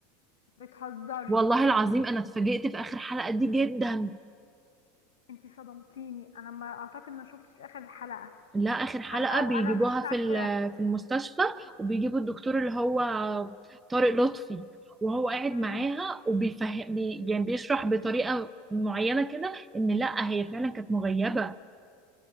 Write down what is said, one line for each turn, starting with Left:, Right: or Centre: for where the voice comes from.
Left: بتهزري
Right: والله العظيم أنا اتفاجئت في آخر حلقة دي جدا
Left: انتي صدمتيني انا ما اعتقد ما شفتش اخر حلقة
Right: لا آخر حلقة
Left: عش- او
Right: بيجيبوها
Left: انا مش فاكرة
Right: في ال- في المستشفى وبيجيبوا الدكتور اللي هو طارق لطفي وهو قاعد
Left: مم.
Right: معاها وبيفهم بي يعني بيشرح بطريقة معينة كده إن لا هي فعلا كانت مغيبة